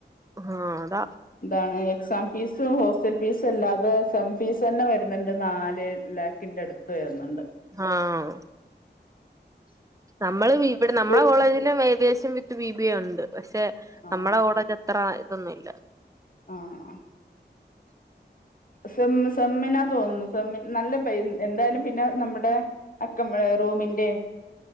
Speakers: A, on the right; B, on the left.
A: ആഹ് അതാ
B: എന്താണ് എക്സാം ഫീസും ഹോസ്റ്റൽ ഫീസും അല്ലാതെ സെം ഫീസന്നെ വര്ന്ന്ണ്ട് നാല് ലാക്കിൻ്റെ അടുത്ത് വരുന്നുണ്ട്
A: ആഹ്
B: <inaudible>
A: നമ്മള് ഇവിടെ നമ്മളെകോളേജിലും
B: ഒരു
A: aviation with B B A ഒണ്ട് പക്ഷെ
B: ആഹ്
A: നമ്മടെ കോളേജ് അത്ര ഇതൊന്നുല്ല
B: ആഹ്
A: <inaudible>
B: സെമ് സെമ്മിനാതോന്നുന്നു സെമ്മ് നല്ല പൈ എന്തായാലും പിന്നെ നമ്മുടെ അക്കമേ റൂമിന്റേം